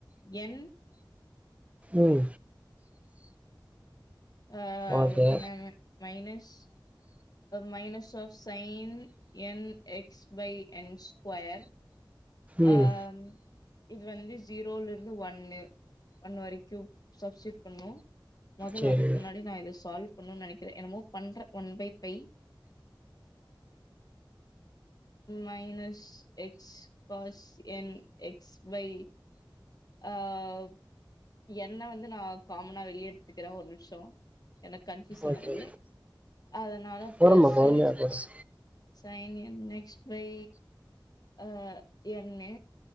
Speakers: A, on the left (about 50°); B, on the right (about 15°).
A: N
B: உம்
A: ஆஹ்
B: ஓகே
A: என்ன minus minus of sine N X by N square
B: ம்
A: ஆஹம் இது வந்து ஜீரோல இருந்து ஒன்னு ஒன்னு வரைக்கும் சப்ஸூட் பண்ணும் முதல்
B: சரி
A: அதுக்கு முன்னாடி நான் இது சால்வ் நினைக்கிறேன் என்னமோ ப one by pi minus X bus N X by ஆஹ் என்ன வந்து நான் காமனா வெளிய எடுத்துக்கிறேன் ஒரு நிமிஷம் எனக்கு கன்ஃயூசன்
B: ஓகே
A: ஆகுது அதனால பிளஸு
B: பொறும பொறுமையா பேசு
A: சைன் நெக்ஸ பை அஹ் எண்ணு